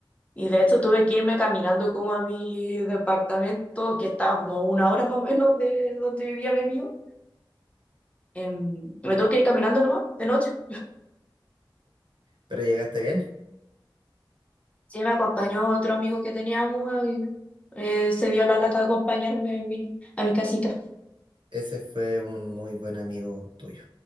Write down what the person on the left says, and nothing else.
Y de hecho tuve que irme caminando como a mi departamento, que estaba como a una hora más o menos de donde vivía mi amigo. Em, me tuve que ir caminando nomás, de noche.
Sí, me acompañó otro amigo que teníamos y eh, se dio la lata de acompañarme a mi, a mi casita.